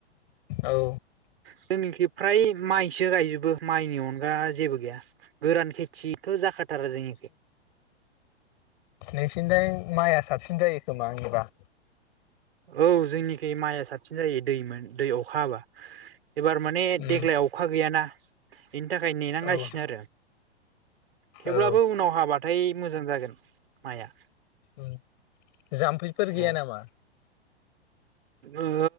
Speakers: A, on the left; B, on the right.
A: औ
B: जोंनिखि फ्राय माइ इसो गायजोबो माइनि अनगा जेबो गैया। गोरान खेथिथ' जाखाथारा जोंनिख।
A: नैसि द माइया साबसिन जायो खोमा आंनिबा।
B: औ जोंनिखि माइआ साबसिन जायो दैमोन दै अखा हाबा। एबार माने
A: उम
B: देग्लाय अखा गैयाना। बेनि थाखाय नेनांगासिनो
A: औ
B: आरो थेवब्लाबो
A: औ
B: उनाव हाबाथाय मोजां जागोन माइआ।
A: उम जाम्फैफोर
B: औ
A: गैया नामा?
B: ओ